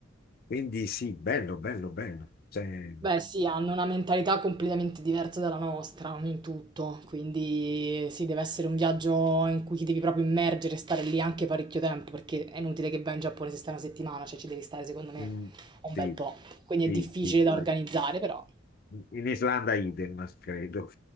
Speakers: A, on the left (about 50°); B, on the right (about 25°).
A: Quindi sì, bello, bello, bello. Cioè,
B: Beh sì, hanno una mentalità completamente diversa dalla nostra in tutto, quindi sì, deve essere un viaggio in cui ti devi proprio immergere, e stare lì anche parecchio tempo, perché è inutile che vai in Giappone se stai una settimana, cioè ci devi stare secondo me
A: mm,
B: un
A: sì,
B: bel po'. Quindi
A: sì,
B: è difficile
A: sì.
B: da organizzare, però
A: In Islanda idem, credo.